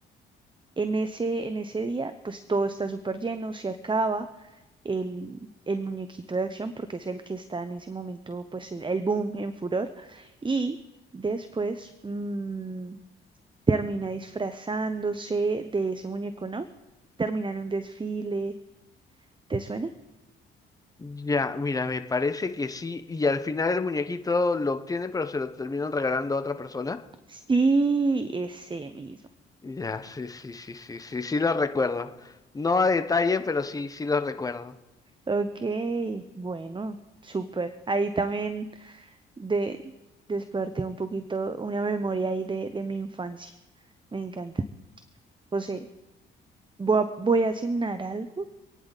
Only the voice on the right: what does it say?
en ese, en ese día pues todo está súper lleno, se acaba el, el muñequito de acción porque es el que está en ese momento pues el, el boom en furor. Y después mm, termina disfrazándose de ese muñeco, ¿no? Termina en un desfile, ¿te suena?
Sí, ese mismo.
Ok, bueno, súper. Ahí también de, desperté un poquito una memoria ahí de, de mi infancia. Me encanta. José, voy a, voy a cenar algo.